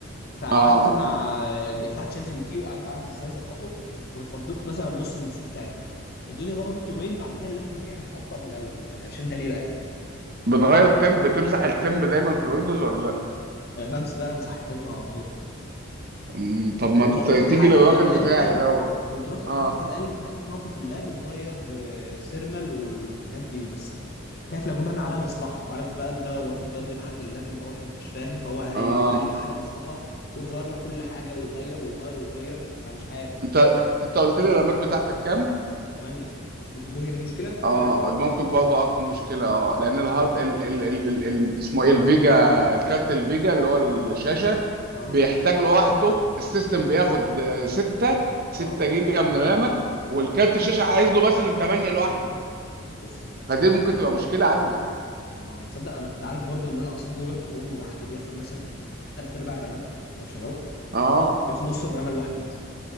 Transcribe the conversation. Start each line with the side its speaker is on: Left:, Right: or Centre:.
Left: فقعدت
Right: اه
Left: مع
Right: آه.
Left: آه، فتحت شات جي بي تي وقعدت اعرف ازاي اظبطه وفضيت مثلا نص السي بتاعي كده الدنيا ظبطت يومين بعد كده اللاب رجع ابطا من الاول انا مش فاهم ده ليه بقى
Right: بتغير التيمب بتمسح التيمب دايما في الويندوز ولا لا
Left: آه، بمس بقى مساحة تنبع على طول
Right: مم، طب ما
Left: كنت
Right: ت-
Left: رحت لحد
Right: تيجي للراجل
Left: كان قال
Right: بتاعي
Left: لي
Right: دوت
Left: كنت رحت لحد
Right: اه
Left: كان قال لي انت محتاج تنظف اللاب وتغير آه، السيرمال والحاجات دي بس خايف لو جم بيعمل عليها مصلحه عارف بقى انت روح تودي لحد اللاب انت واضح انك مش فاهم فهو هيعمل
Right: اه
Left: عليك احلى مصلحه ويغير لك كل حاجه ويغير ويغير ويغير فمش عارف
Right: انت انت قلت لي الرامات بتاعتك كام
Left: تمانية ممكن تكون هي دي المشكله قليله
Right: اه
Left: قوي
Right: ممكن برضه اكون مشكله اه لان الهارد ال ال ال ال ال اسمه ايه الفيجا الكارت الفيجا اللي هو الشاشه
Left: اه اه
Right: بيحتاج لوحده السيستم بياخد 6 6
Left: اه
Right: جيجا من الرامه والكارت
Left: اه
Right: الشاشه عايز له مثلا 8 لوحده
Left: اوف
Right: فدي ممكن تبقى مشكله عندك
Left: اه تصدق انا انت عارف برضو ان انا اصلا جوجل كروم لوحده بياخد مثلا تلات ارباع الرامات انا بشغله
Right: اه
Left: بياخد نص الرامه لوحده مثلا